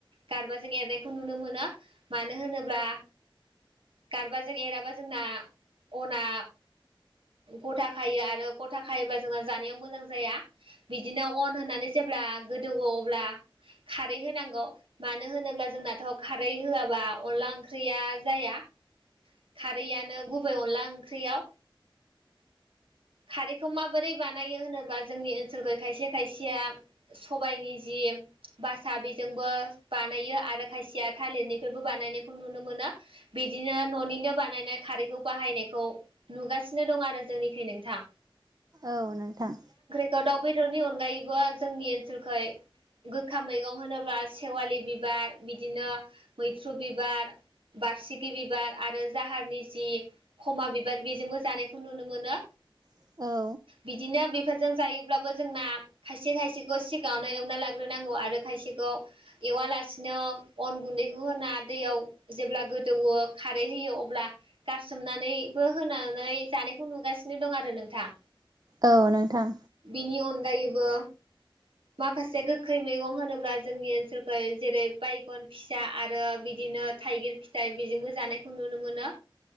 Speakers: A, on the right; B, on the right.
A: गारबाजों एरनायखौ नुनो मोनो । मानो होनोब्ला गारबाजों एराबा जोंना अना गथा खायो आरो गथा खायोबा जोंना जानायाव मोजां जाया बिदिनो अन होनानै जेब्ला गोदौवो अब्ला खारै होनां गौ मानो होनोब्ला जोंनाथ' खारै होआबा अनला ओंख्रिया जाया । खारैआनो गुबै अनला ओंख्रियाव खारैखौ माबोरै बानायो होनोब्ला जोंनि ओनसोलखै खायसे खायसेया सबायनि जि बासा बेजोंबो बानायो आरो खायसेया थालिरनिफ्रायबो बानायनायखौ नुनो मोनो । बिदिनो न'निनो बानायनाय खारैखौ बाहायनायखौ नुगासिनो दं आरो जोंनिखै नोंथां।
B: औ नोंथां
A: औ दाउ बेदरनि अनगायैबो जोंनि ओनसोलखै गोखा मैगं होनोब्ला सेवालि बिबार, बिदिनो मैथ्रु बिबार, बारसिखि बिबार आरो जाहारनि जि खमा बिबार बेजोंबो जानायखौ नुनो मोनो।
B: औ
A: बिदिनो बे फोरजों जायोब्लाबो जोंना खायसे खायसेखौ सिगाङावनो एवना लाग्रोनांगौ आरो खायसेखौ एवालासिनो अन गुन्दैखौ होना दैयाव जेब्ला गोदौवो खारै होयो अब्ला गारसोमनानैबो होनानै जानायखौ नुगासिनो दं आरो नोंथां।
B: औ नोंथां।
A: बेनि अनगायैबो माखासे गोखै मैगं होनोब्ला जोंनि ओनसोलखै जेरै बायगन फिसा आरो बिदि बिदिनो थाइगिर फिथाइ बेजोंबो जानायखौ नुनो मोनो।